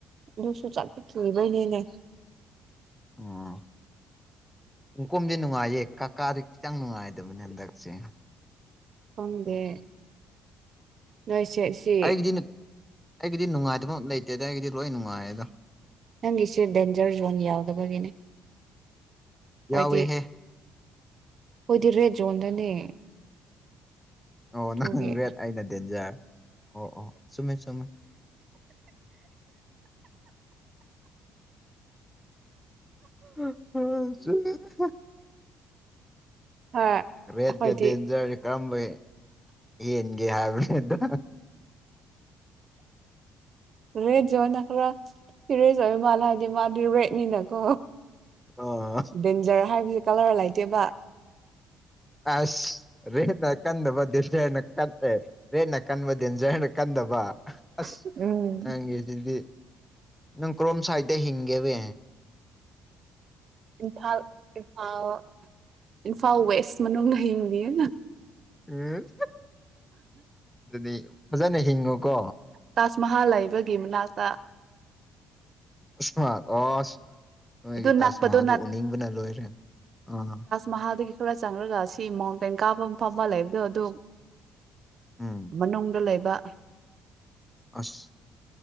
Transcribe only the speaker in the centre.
ꯑꯣ ꯀꯨꯝꯀꯨꯝꯗꯤ ꯅꯨꯡꯉꯥꯏꯌꯦ ꯀꯀꯥꯗꯤ ꯈꯤꯇꯪ ꯅꯨꯡꯉꯥꯏꯗꯕꯅꯦ ꯍꯟꯗꯛꯁꯦ
ꯑꯩꯒꯤꯗꯤ ꯑꯩꯒꯤꯗꯤ ꯅꯨꯡꯉꯥꯏꯇꯕ ꯂꯩꯇꯦꯗ ꯑꯩꯒꯤꯗꯤ ꯂꯣꯏ ꯅꯨꯡꯉꯥꯏꯌꯦꯗ
ꯌꯥꯎꯋꯦꯍꯦ
ꯑꯣ
ꯅꯪ ꯔꯦꯠ ꯑꯩꯅ ꯗꯦꯟꯖꯔ ꯑꯣ ꯑꯣ ꯆꯨꯝꯃꯦ ꯆꯨꯝꯃꯦ <unintelligible>
ꯔꯦꯠꯒ ꯗꯦꯟꯖꯔ ꯀꯔꯝꯕ ꯍꯦꯟꯒꯦ ꯍꯥꯏꯕꯅꯤꯗ
ꯑꯣ
ꯑꯁ ꯔꯦꯠꯅ ꯀꯟꯗꯕ ꯗꯦꯟꯖꯔꯅ ꯀꯟ ꯑꯦ ꯔꯦꯠꯅ ꯀꯥꯟꯕ ꯗꯦꯟꯖꯔꯅ ꯀꯦꯟꯗꯕ ꯑꯁ
ꯅꯪꯒꯤꯖꯤꯗꯤ ꯅꯪ ꯀ꯭ꯔꯣꯝ ꯁꯥꯏꯠꯇ ꯍꯤꯡꯒꯦꯕꯦ
ꯎꯝ ꯑꯗꯨꯗꯤ ꯐꯖꯅ ꯍꯤꯡꯉꯨꯀꯣ
ꯏꯁꯃꯥ ꯑꯁ ꯅꯣꯏꯒꯤ
ꯇꯥꯖꯃꯥꯍꯜꯗꯣ
ꯎꯅꯤꯡꯕꯅ ꯂꯣꯏꯔꯦ ꯑꯥ
ꯎꯝ
ꯑꯁ